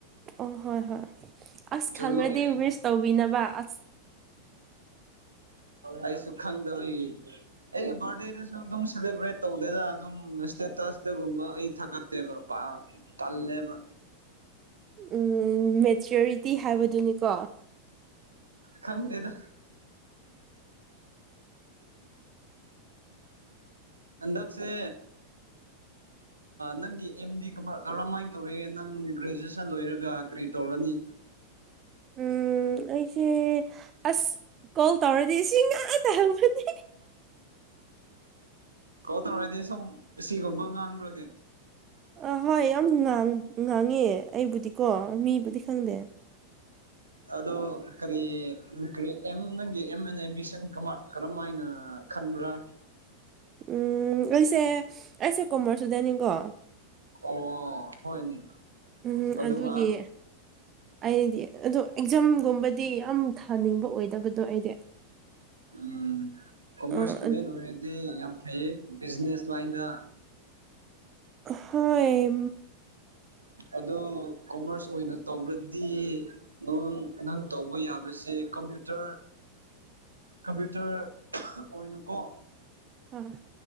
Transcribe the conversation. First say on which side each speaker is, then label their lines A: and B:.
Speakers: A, on the right; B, on the right.
A: ꯑꯣ ꯍꯣꯏ ꯍꯣꯏ ꯑꯁ
B: ꯖꯨꯟ
A: ꯈꯪꯉꯗꯤ
B: ꯂꯣꯏꯔꯦ
A: ꯋꯦꯤꯁ ꯇꯧꯕꯤꯅꯕ ꯑꯁ
B: ꯑꯩꯁꯨ ꯈꯪꯗꯕꯩ ꯑꯩꯒꯤ ꯕꯥꯔꯠ ꯗꯦꯗ ꯁꯨ ꯁꯨ ꯑꯗꯨꯝ ꯁꯦꯂꯦꯕ꯭ꯔꯦꯠ ꯇꯧꯗꯦꯗꯅ ꯑꯗꯨꯝ ꯏꯁꯇꯦꯇꯁꯇꯒꯨꯝꯕ ꯑꯩ ꯊꯥꯒꯠꯇꯦꯕ ꯇꯜꯂꯦꯕ
A: ꯎ ꯃꯦꯆꯌꯔꯤꯇꯤ ꯍꯥꯏꯕꯗꯨꯅꯤꯀꯣ
B: ꯈꯪꯗꯦꯗ ꯍꯟꯗꯛꯁꯦ ꯅꯪꯒꯤ ꯑꯦꯝꯗꯤ ꯀꯔꯝꯍꯥꯏꯅ ꯇꯧꯔꯦ ꯅꯪ ꯒ꯭ꯔꯦꯖꯨꯑꯦꯁꯟ ꯂꯣꯏꯔꯒ ꯀꯔꯤ ꯇꯧꯔꯅꯤ
A: ꯎꯝ ꯑꯩꯁꯦ ꯑꯁ ꯀꯣꯜ ꯇꯧꯔꯗꯤ ꯁꯤ ꯉꯥꯛꯇ ꯍꯪꯕꯅꯦ
B: ꯀꯧ ꯇꯧꯔꯗꯤ ꯁꯨꯝ ꯁꯤꯒꯨꯝꯕ ꯉꯥꯡꯕ꯭ꯔꯣꯅꯦ
A: ꯑꯥ ꯍꯣꯏ ꯌꯥꯝ ꯉꯥꯡꯉꯦ ꯑꯩꯕꯨꯗꯤꯀꯣ ꯃꯤꯕꯨꯗꯤ ꯈꯪꯗꯦ
B: ꯑꯗꯣ ꯀꯔꯤ ꯀꯔꯤ ꯑꯦꯝ ꯅꯪꯒꯤ ꯑꯦꯝ ꯑꯦꯟꯦꯝꯕꯤꯁꯟ ꯀꯔꯝ ꯍꯥꯏꯅ ꯈꯥꯟꯕ꯭ꯔꯥ
A: ꯎ ꯑꯩꯁꯦ ꯑꯩꯁꯦ ꯀꯣꯃꯔꯁ ꯢꯁꯇꯨꯗꯦꯟ ꯅꯤꯀꯣ
B: ꯑꯣ ꯍꯣꯏꯅꯦ
A: ꯎꯝ
B: ꯑꯗꯨꯒ
A: ꯑꯗꯨꯒꯤ ꯑꯩꯗꯤ ꯑꯗꯣ ꯑꯦꯛꯖꯥꯝꯒꯨꯝꯕꯗꯤ ꯌꯥꯝ ꯊꯥꯅꯤꯡꯕ ꯑꯣꯏꯗꯕꯗꯣ ꯑꯩꯗꯤ
B: ꯎꯝ ꯀꯣꯃꯔꯁ
A: ꯑ
B: ꯏꯁꯇꯨꯗꯦꯟ ꯑꯣꯏꯔꯗꯤ ꯌꯥꯝ ꯐꯩꯌꯦ ꯕꯤꯖꯤꯅꯦꯁ ꯂꯥꯏꯟꯗ
A: ꯍꯣꯏ
B: ꯑꯗꯣ ꯀꯣꯃꯔꯁ ꯑꯣꯏꯅ ꯇꯧꯔꯗꯤ ꯅꯪ ꯅꯪ ꯇꯧꯕ ꯌꯥꯕꯁꯦ ꯀꯝꯄ꯭ꯌꯨꯇꯔ ꯀꯝꯄ꯭ꯌꯨꯇꯔ ꯑꯣꯏꯅ ꯑꯣꯏꯅꯀꯣ
A: ꯍꯣꯏ